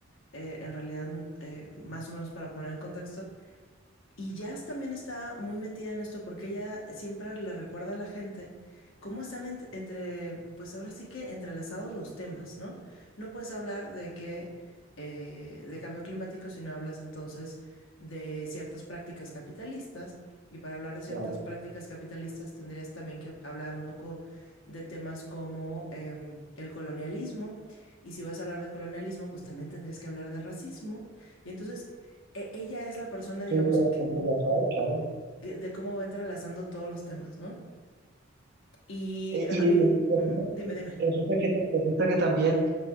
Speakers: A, on the left; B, on the right.
A: Eh, en realidad, eh, más o menos para poner en contexto, y Jazz también está muy metida en esto porque ella siempre le recuerda a la gente cómo están ent- entre, pues ahora sí que entrelazados los temas, ¿no? No puedes hablar de que eh, de cambio climático si no hablas entonces de ciertas prácticas capitalistas. Y para hablar de ciertas
B: Claro.
A: prácticas capitalistas tendrías también que hablar un poco de temas como em, el colonialismo. Y si vas a hablar de colonialismo, pues también tendrías que hablar de racismo. Y entonces e- ella es la persona, digamos,
B: Sí, todo
A: que,
B: está entrelazado, claro.
A: que- de cómo va entrelazando todos los temas, ¿no? Y
B: Eh,
A: eh,
B: y
A: a mí,
B: y resulta,
A: ujú, dime, dime.
B: resulta que, resulta que también